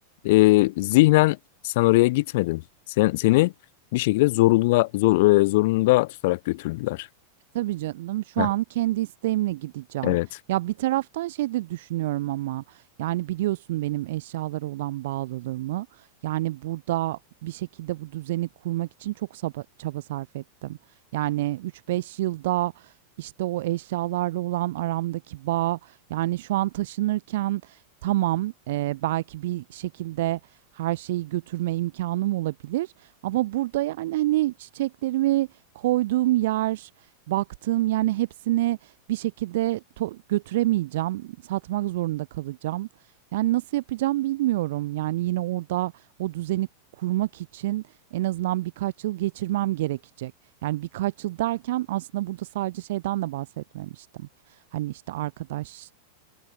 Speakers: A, on the left (about 50°); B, on the right (about 55°).
A: e, zihnen sen oraya gitmedin. Sen, seni bir şekilde zorunda, zor, e, zorunda tutarak götürdüler.
B: Tabii canım şu
A: Heh,
B: an kendi isteğimle gideceğim.
A: evet.
B: Ya bir taraftan şey de düşünüyorum ama yani biliyorsun benim eşyalara olan bağlılığımı. Yani burada bir şekilde bu düzeni kurmak için çok saba- çaba sarf ettim. Yani üç beş yılda işte o eşyalarla olan aramdaki bağ yani şu an taşınırken tamam e, belki bir şekilde her şeyi götürme imkanım olabilir. Ama burada yani hani çiçeklerimi koyduğum yer Baktığım yani hepsini bir şekilde to götüremeyeceğim, satmak zorunda kalacağım. Yani nasıl yapacağım bilmiyorum. Yani yine orada o düzeni kurmak için en azından birkaç yıl geçirmem gerekecek. Yani birkaç yıl derken aslında burada sadece şeyden de bahsetmemiştim. Hani işte arkadaşlık